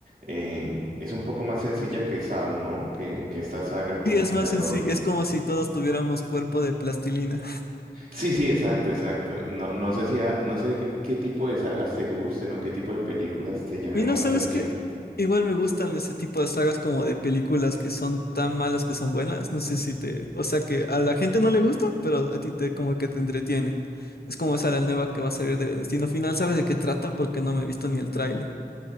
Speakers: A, on the right; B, on the left.
A: eh, es un poco más sencilla que Saw, ¿no? Que, que esta saga como
B: Sí, es
A: de
B: más
A: terror.
B: sencillo, es como si todos tuviéramos cuerpo de plastilina.
A: Sí, sí, exacto, exacto. No, no sé si ha- no sé qué tipo de sagas te gusten o qué tipo de películas te llamen
B: Mira,
A: más la
B: ¿sabes
A: atención.
B: qué? Igual me gustan ese tipo de sagas como de películas que son tan malas que son buenas. No sé si te... O sea, que a la gente no le gusta, pero a ti te como que te entretiene. Es como esa la nueva que va a salir de Destino Final. ¿Sabes de qué trata? Porque no me he visto ni el tráiler.